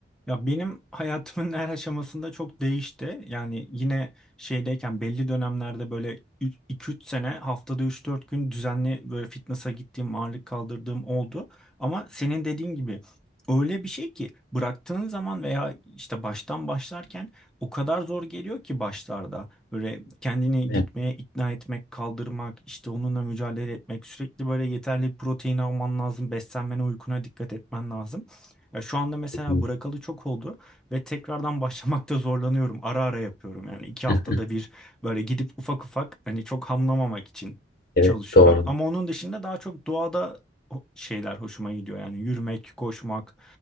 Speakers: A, in the centre; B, on the left.
A: Ya benim hayatımın her aşamasında çok değişti. Yani yine şeydeyken belli dönemlerde böyle iki üç sene haftada üç dört gün düzenli böyle fitness'a gittiğim, ağırlık kaldırdığım oldu. Ama senin dediğin gibi öyle bir şey ki bıraktığın zaman veya işte baştan başlarken o kadar zor geliyor ki başlarda. Böyle kendini
B: Evet,
A: gitmeye ikna etmek, kaldırmak, işte onunla mücadele etmek, sürekli böyle yeterli protein alman lazım, beslenmene, uykuna dikkat etmen lazım. Ya şu anda mesela
B: kesinlikle.
A: bırakalı çok oldu ve tekrardan <laughs> başlamakta zorlanıyorum. Ara ara yapıyorum. Yani iki haftada
B: <laughs>
A: bir böyle gidip ufak ufak hani çok hamlamamak için
B: Evet,
A: çalışıyorum.
B: doğru.
A: Ama onun dışında daha çok doğada o- şeyler hoşuma gidiyor. Yani yürümek, koşmak,